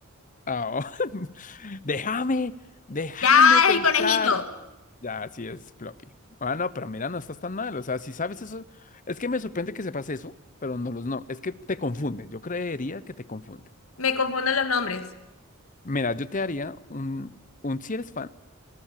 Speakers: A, on the left (about 35°); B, on the left (about 75°).
A: ah. <laughs> Déjame, déjame
B: Ya,
A: pensar.
B: es el conejito.
A: Ya, sí es floppy. Ah, no, pero mira, no estás tan mal. O sea, si sabes eso, es que me sorprende que sepas eso, pero no los no. Es que te confunde. Yo creería que te confunde.
B: Me confunden los nombres.
A: Mira, yo te haría un, un si eres fan,